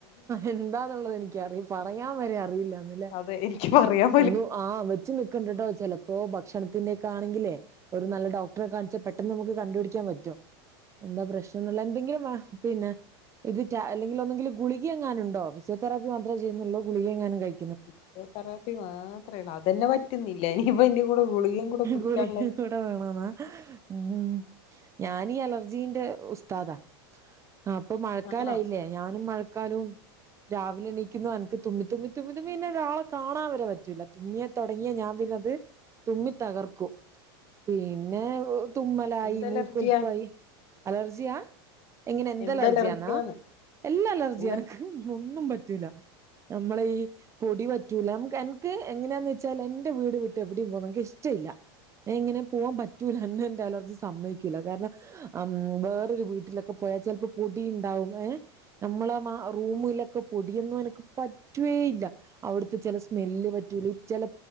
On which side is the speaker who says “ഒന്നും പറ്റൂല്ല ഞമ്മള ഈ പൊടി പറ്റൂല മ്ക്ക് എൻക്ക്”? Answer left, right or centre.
Right